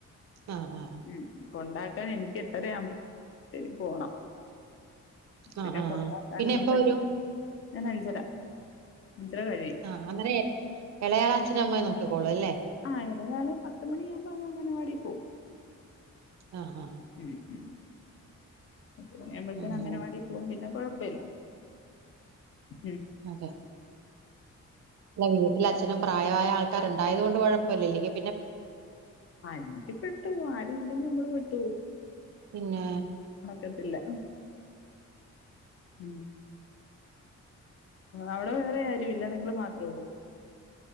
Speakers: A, on the right (about 65°); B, on the left (about 45°).
A: ആഹ ആ
B: ഉ കൊണ്ടാക്കാൻ എനിക്ക് എട്ടരാവുമ്പോത്തിന് പോണം. പിന്നെ
A: ആഹ് ആഹ്
B: കൊണ്ടാക്കാനൊന്നും
A: ആഹ് പിന്നെ എപ്പ
B: പറ്റത്തില്ല
A: വരും
B: ഞാൻ അഞ്ചര അഞ്ചര കഴിയും.
A: ആ് അങ്ങനെ എളയാള അച്ഛനും അമ്മയും നോക്കിക്കോളൂ അല്ലേ.
B: ആ ഇളയാള് പത്ത് മണിയാവുമ്പോ അങ് അംഗനവാടി പോവും.
A: ആഹ് ഹ
B: ഉം ഉ പത്തുമണിആവുമ്പോത്തിന്
A: ആഹ്
B: അങ്ങനവാടി പോവും പിന്നെ കൊഴപ്പല്ല ഉ
A: അതെ ഇല്ല വീട്ടിൽ അച്ഛനും പ്രായമായ ആൾക്കാർ ഉണ്ടായത് കൊണ്ട് കുഴപ്പില്ല ഇല്ലങ്കിൽ
B: എനിക്ക് പെട്ടു ആരും ഇല്ലെങ്കിൽ നമ്മള് പെട്ടു
A: പിന്നെ
B: പറ്റത്തില്ല ഉം അവിടെ വേറെ ആരു ഇല്ല നിങ്ങൾ മാത്രേള്ളൂ